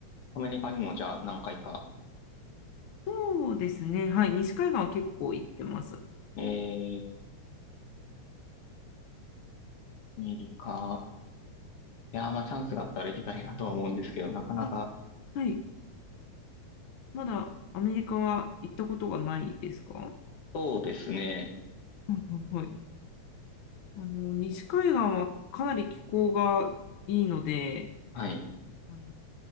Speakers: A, on the left (about 55°); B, on the left (about 70°).
A: アメリカにもじゃあ何回か。
B: そうですね、はい、西海岸は結構行ってます。
A: えー、アメリカ。いやー、まあチャンスがあったら行きたいなとは思うんですけど、なかなか。
B: あ、はい、まだアメリカは行ったことがないですかは
A: そうですね。
B: いはいはいあの、西海岸はかなり気候がいいので、
A: はい。
B: あの、